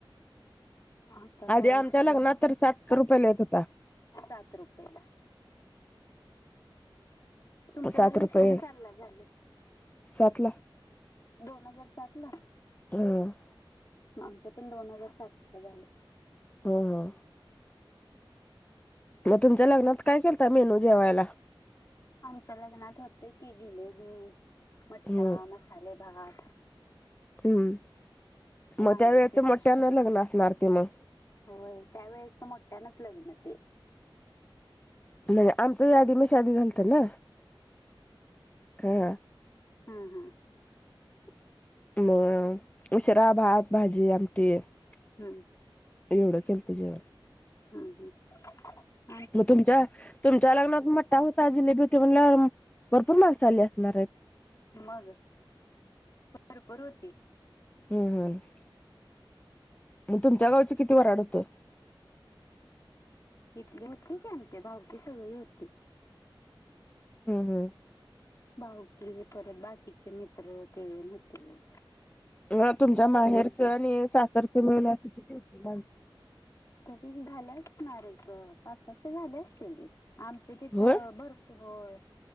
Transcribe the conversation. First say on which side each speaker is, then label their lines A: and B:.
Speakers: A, on the left (about 35°); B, on the left (about 15°).
A: आता का
B: आधी
A: आहे
B: आमच्या
A: सगळं
B: लग्नात तर सात रुपयाला येत होता.
A: सात रुपयला तुमचं
B: सात
A: लग्न
B: रुपये
A: किती साल ला झाले
B: सात ला
A: दोन हजार सात ला
B: हम
A: आमचं पण दोन हजार सात ला झालं
B: हो हो मग तुमच्या लग्नात काय केलता मेनू जेवायला
A: आमच्या लग्नात होते की जिलेबी, मठ्ठा,
B: हम्म
A: मसाले भात
B: हम्म
A: वांग्याची
B: मग त्या वेळेच
A: भाजी
B: मोठ्यान लग्न असणार ते मग
A: होय त्यावेेळेस तर मोठ्यानच लग्न ते
B: म्हणजे आमच यादी में शादी झालत ना हा
A: हा हा
B: <unintelligible> शिरा, भात, भाजी आमटी एवढं
A: हं.
B: केलत जेवण
A: हम्म हम
B: मग तुमच्या तुमच्या लग्नात मोठठा होता जिलेबी होती म्हणल्यावर भरपूर माणसं आली असणार.
A: मग भरपूर होती.
B: हम्म हम्म मग तुमच्या गावची किती वराढ होतं.
A: इथले होते की आमचे भावकी सगळी होती.
B: हम हम
A: भाऊकी परत बाकीचे मित्र तेन व्हते
B: ह तुमच्या माहेरचं आणि सासरच मिळून असं किती होती माणस
A: तर तीजी झाले असणार एक पाच साशे झाले असतील आमचे तिथं
B: होय?
A: भर होय,